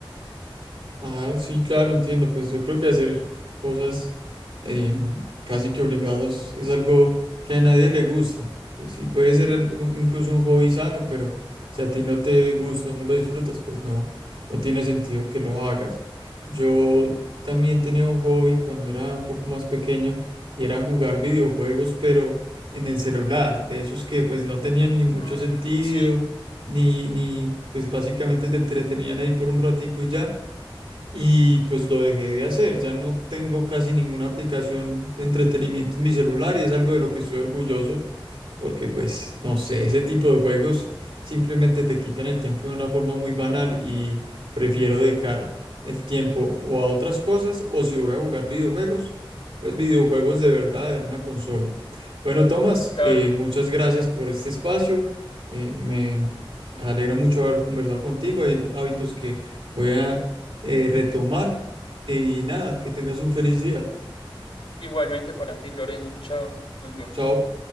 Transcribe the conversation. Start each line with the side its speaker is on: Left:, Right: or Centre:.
Right: Ah, sí, claro, entiendo. Pues yo creo que hacer cosas em, casi que obligados es algo que a nadie le gusta. Pues sí, puede ser el- un- incluso un hobby sano, pero si a ti no te gusta, o no lo disfrutas, pues no, no tiene sentido que lo hagas. Yo también tenía un hobby cuando era un poco más pequeño y era jugar videojuegos, pero en el celular, de esos que pues no tenían ni mucho
Left: Mm,
Right: sentido,
Left: sí,
Right: ni, ni pues básicamente te entretenían ahí por un ratico y ya. Y pues lo dejé de hacer, ya no tengo casi ninguna aplicación de entretenimiento en mi celular y es algo de lo que estoy orgulloso porque pues no sé, ese tipo de juegos simplemente te quitan el tiempo de una forma muy banal y prefiero dedicar el tiempo o a otras cosas o si voy a jugar videojuegos, pues videojuegos de verdad en una consola. Bueno, Tomás,
Left: claro.
Right: eh, muchas gracias por este espacio, eh, me alegra mucho haber conversado contigo, hay hábitos que voy a eh, retomar. eh, Y nada, que tengas un feliz día.
Left: Igualmente para ti, Lorenzo. Chao. Nos vemos.
Right: Chao.